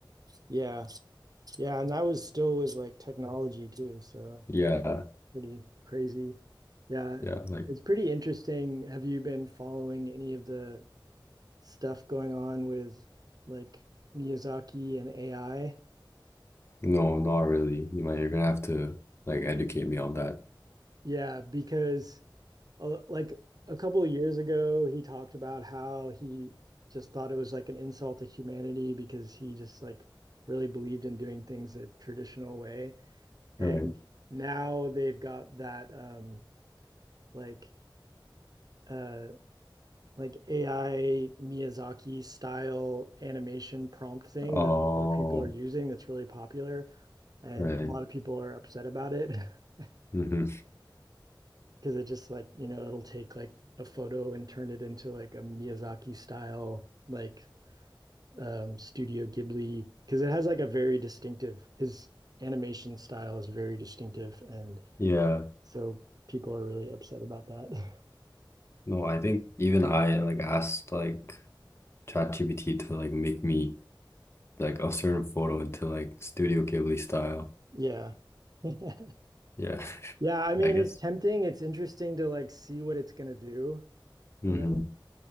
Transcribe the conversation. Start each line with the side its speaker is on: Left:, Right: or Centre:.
Right: Yeah. Yeah. And that was still was like technology too. So
Left: Yeah,
Right: that's pretty crazy. Yeah.
Left: yeah, like
Right: It's pretty interesting. Have you been following any of the stuff going on with like Miyazaki and AI?
Left: no, not really. You might you're gonna have to like educate me on that.
Right: Yeah, because uh, like a couple of years ago, he talked about how he just thought it was like an insult to humanity because he just like really believed in doing things a traditional way. And
Left: Right.
Right: now they've got that um like uh like AI Miyazaki style animation prompt thing
Left: Oh,
Right: that a lot of people are using that's really popular and
Left: right.
Right: a lot of people are upset about it. <laughs>
Left: hmm
Right: because it just like you know it'll take like a photo and turn it into like a Miyazaki style like um Studio Ghibli because it has like a very distinctive his animation style is very distinctive and
Left: Yeah.
Right: so people are really upset about that. <laughs>
Left: No, I think even I like asked like ChatGPT to like make me like a certain photo into like Studio Ghibli style.
Right: Yeah. <laughs>
Left: Yeah, <laughs>
Right: Yeah, I mean
Left: I guess.
Right: it's tempting, it's interesting to like see what it's gonna do,
Left: hmm
Right: you know?